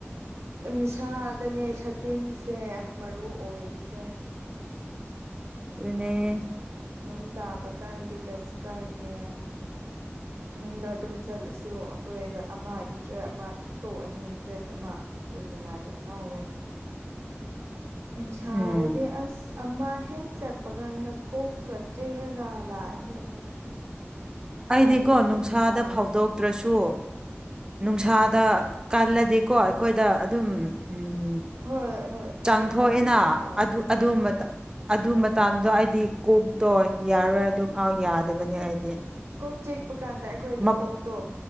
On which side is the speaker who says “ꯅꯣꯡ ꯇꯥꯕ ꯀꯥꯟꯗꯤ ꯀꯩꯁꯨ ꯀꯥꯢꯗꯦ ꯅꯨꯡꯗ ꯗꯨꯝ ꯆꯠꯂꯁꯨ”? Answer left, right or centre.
Right